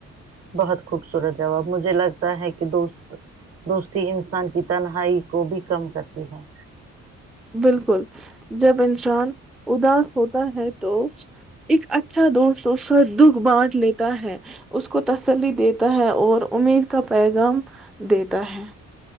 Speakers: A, on the right; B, in the centre.
A: بہت خوبصورت جواب مجھے لگتا ہے کہ دوست دوستی انسان کی تنہائی کو بھی کم کرتی ہے
B: بالکل جب انسان اداس ہوتا ہے تو ایک اچھا اچھاوش دکھ بانٹ لیتا ہے اس کو تسلی دیتا ہے اور امید کا پیغام دیتا ہے